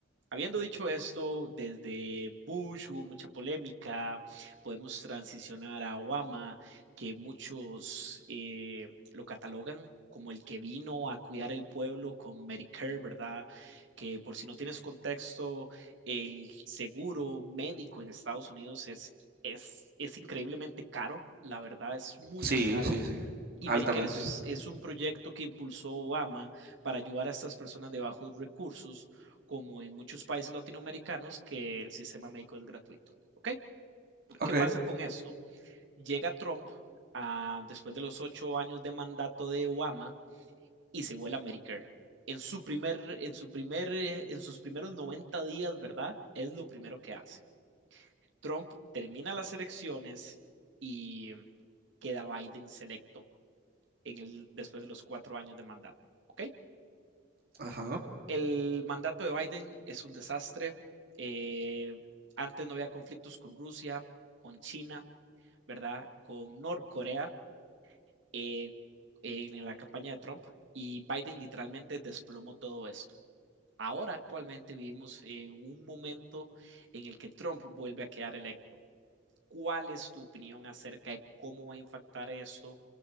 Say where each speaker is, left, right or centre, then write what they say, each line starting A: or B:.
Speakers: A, on the right; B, on the right.
A: Habiendo dicho esto, desde Bush hubo mucha polémica, podemos transicionar a Obama, que muchos eh, lo catalogan como el que vino a cuidar el pueblo con Medicare, ¿verdad? Que por si no tienes contexto, el seguro médico en Estados Unidos es, es, es increíblemente caro, la verdad es muy,
B: Sí,
A: muy caro
B: sí, sí,
A: y
B: altamente.
A: Medicare es, es un proyecto que impulsó Obama para ayudar a estas personas de bajos recursos, como en muchos países latinoamericanos, que el sistema médico es gratuito. ¿Ok?
B: Ok,
A: ¿Qué pasa con esto? Llega Trump a, después de los ocho años de mandato de Obama y se vuela Medicare. En, su primer, en, su primer, eh, en sus primeros 90 días, ¿verdad? Es lo primero que hace. Trump termina las elecciones y queda Biden selecto en el, después de los cuatro años de mandato. ¿Ok?
B: ajá.
A: El mandato de Biden es un desastre. Eh, antes no había conflictos con Rusia, con China, ¿verdad? Con Norcorea eh, en la campaña de Trump y Biden literalmente desplomó todo esto. Ahora actualmente vivimos en un momento en el que Trump vuelve a quedar electo ¿Cuál es tu opinión acerca de cómo va a impactar esto